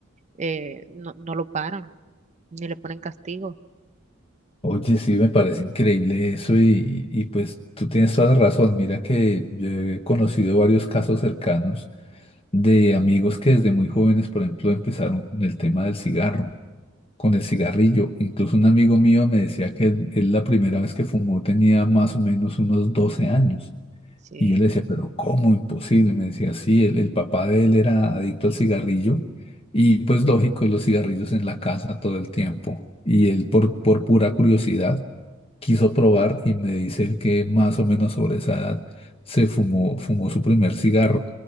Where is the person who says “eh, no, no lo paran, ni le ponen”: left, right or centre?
Right